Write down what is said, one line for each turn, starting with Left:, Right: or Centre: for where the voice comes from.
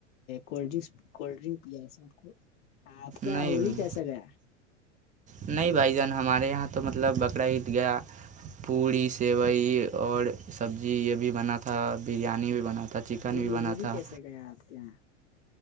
Left: کولڈ ڈنک کولڈ ڈرنک پیا سب کو آپ کے یہاں
Right: نہیں
Left: ہولی کیسا گیا
Right: نہیں بھائی جان ہمارے یہاں تو مطلب بکرا ہید گیا پوڑی سیوئی اور سبزی یہ بھی بنا تھا بریانی بھی بنا تھا چکن
Left: ہولی
Right: بھی بنا
Left: ہولی
Right: تھا
Left: کیسے گیا آپ کے یہاں <inaudible>